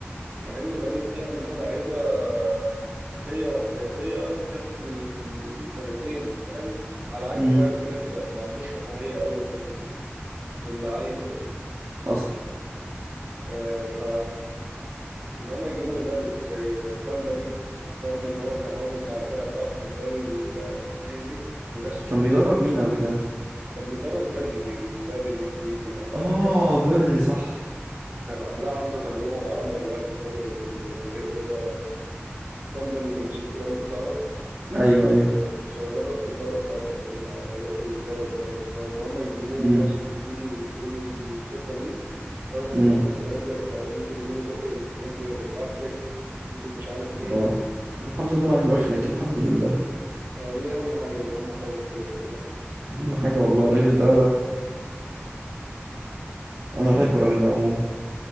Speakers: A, on the right (about 45°); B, on the right (about 60°).
A: مع ان باريس دي عندها لعيبه آه، اساسيه واحتياطيه تكفي فرقتين فاهم على عكس
B: امم
A: بايرن ميونخ ما عندوش رفاهيه قوي في ال- في اللعيبه
B: حصل
A: آه، ف ان هم يجيبوا مدرب زي كامباني رغم ان هو كان هابط مع الفرقه بتاعته في الدوري الانجليزي ويثقوا
B: كان
A: فيه
B: بيدرب مين قبل كده
A: كان بيدرب بيرنلي في الدوري الانجليزي وقبلها
B: اه
A: كان ع...
B: بيرنلي صح
A: كان قبلها عنده تجربه مع اندرلخت برضه في ال... لان ب- كومباني بلجيكي لو انت تعرف
B: ايوه
A: آه،
B: ايوه
A: فدرب في الدوله بتاعته قبل ما يخرج يدرب بره فان هم يجيبوه
B: امم
A: ويثقوا فيه ويدوا له الثقه دي رغم ان
B: امم
A: في ناس قالت لك آه، ممكن يجيبوا توخيل ممكن يرجعوا فليك ممكن مش عارف ايه
B: اه الحمد لله
A: آه،
B: ما رجعوش فليك الحمد لله
A: آه، دي اهم حاجه ان هم سابوا فليك يعني
B: اهم حاجة والله الراجل ده انا بحب الراجل ده عموما